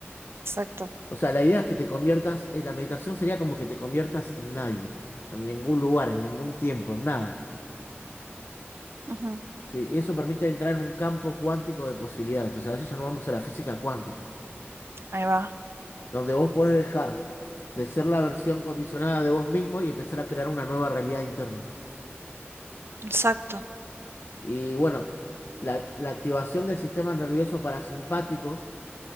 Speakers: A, on the right; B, on the left.
A: Exacto.
B: O sea, la idea es que te conviertas, eh, la meditación sería como que te conviertas en nadie, en ningún lugar, en ningún tiempo, en nada.
A: Ujú,
B: Sí, eso permite entrar en un campo cuántico de posibilidades. O sea, a veces ya no vamos a la física cuántica,
A: Ahí va.
B: donde vos podés dejar de ser la versión condicionada de vos mismo y empezar a crear una nueva realidad interna.
A: Exacto.
B: Y bueno, la, la activación del sistema nervioso parasimpático.